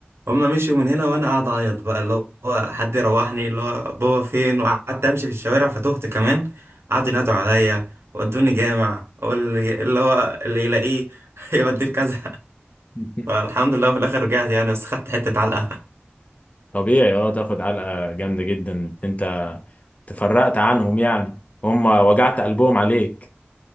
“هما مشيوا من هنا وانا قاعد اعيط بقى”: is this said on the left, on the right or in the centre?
Right